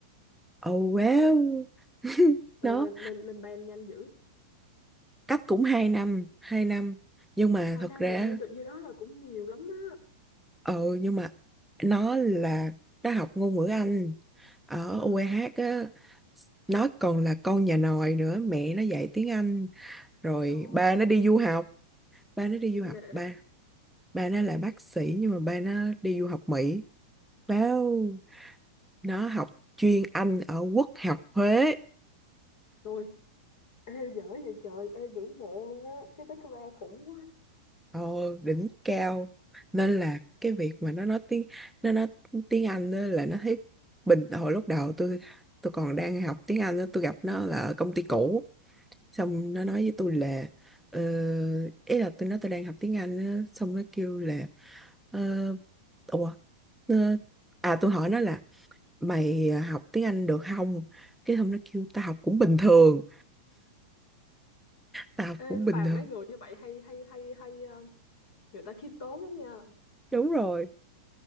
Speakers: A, in the centre; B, on the left.
A: oh wow <laughs>
B: ờ,
A: đó
B: lên lên lên ban nhanh dữ
A: cách cũng 2 năm 2 năm nhưng mà
B: hai
A: thật
B: năm
A: ra
B: mà lên được như đó là cũng nhiều lắm á
A: ừ nhưng mà nó là nó học ngôn ngữ Anh ở U
B: à
A: UEH á nó còn là con nhà nòi nữa mẹ nó dạy tiếng Anh rồi
B: trời
A: ba nó đi
B: ơi
A: du học ba nó đi du
B: nể
A: học ba ba nó là bác sĩ nhưng mà ba nó đi du học Mỹ wow nó học chuyên Anh ở Quốc học Huế
B: rồi ê dở vậy trời ê ngưỡng mộ luôn á cái background khủng quá
A: Ồ, đỉnh cao nên là cái việc mà nó nói tiếng nó nói tiếng Anh á là nó thấy bình hồi lúc đầu tôi tôi còn đang học tiếng Anh á, tôi gặp nó là ở công ty cũ xong nó nói với tôi là ờ, ý là tôi nói tôi đang học tiếng Anh á, xong nó kêu là ờ, ủa ờ, à tôi hỏi nó là mày học tiếng Anh được không cái xong nó kêu tao học cũng bình thường tao học
B: ê
A: cũng bình
B: phàm
A: thường
B: mấy người như vậy hay hay hay hay ờ, người ta khiêm tốn lắm nha
A: đúng rồi